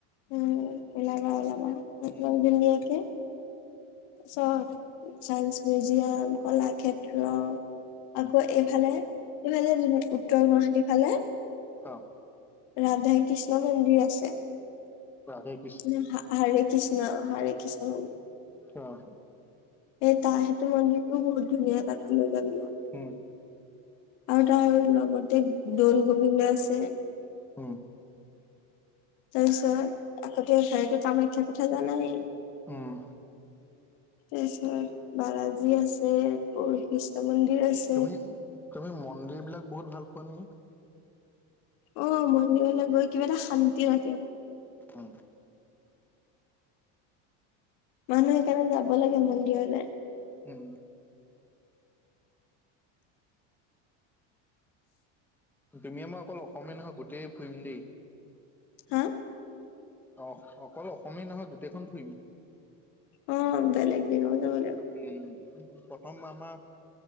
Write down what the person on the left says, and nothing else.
উম, উলাবা -উলাবা <unintelligible>
চফ চাইন্স মিউজিয়াম, কলা ক্ষেত্ৰ আকৌ
এইফালে এইফালে উত্তৰ গুৱাহাটীফালে-
ৰাধে, কৃষ্ণ, মন্দিৰ, আছে।
ন হৰে কৃষ্ণ, হৰে কৃষ্ণ।
এই তা মন্দিৰটো বহুত ধুনীয়া তাত লৈ যাম।
আৰু তাৰ লগতে দৌল-গোবিন্দ আছে।
তাৰপিছত আগতে ঘৰতে কামাখ্যাৰ কথা জানাই।
তাৰপিছত বালাজী আছে, প কৃষ্ণ মন্দিৰ আছে।
অ, মন্দিৰলৈ গৈ কিবা এটা শান্তি থাকে।
মানুহ সেইকাৰণে যাব লাগে মন্দিৰলে।
হা
অ‌ঁ, বেলেগ <unintelligible>